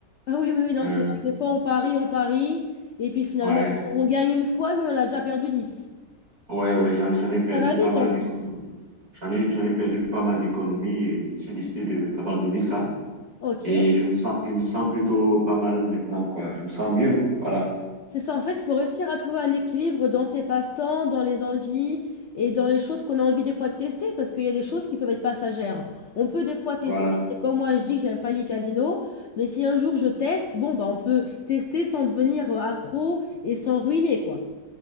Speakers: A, on the left; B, on the right.
A: Ah oui, oui, oui, non,
B: Euh,
A: c'est vrai que des fois, on parie, on parie, et puis finalement,
B: ouais,
A: on gagne une fois, mais on a déjà perdu dix
B: ouais, ouais, j'en j'en ai perdu
A: ça va vite
B: pas mal
A: en plus.
B: d'économies. J'en ai, j'en ai perdu pas mal d'économies et j'ai décidé de- d'abandonner ça.
A: Ok.
B: Et je me sens, je me sens plutôt pas mal maintenant, quoi. Je me sens mieux. Voilà,
A: C'est ça, en fait, il faut réussir à trouver un équilibre dans ses passe-temps, dans les envies et dans les choses qu'on a envie des fois de tester, parce qu'il y a des choses qui peuvent être passagères. On peut des fois tester,
B: voilà.
A: c'est comme moi je dis que j'aime pas les casinos, mais si un jour je teste, bon, bah, on peut tester sans devenir euh, accro et sans ruiner, quoi.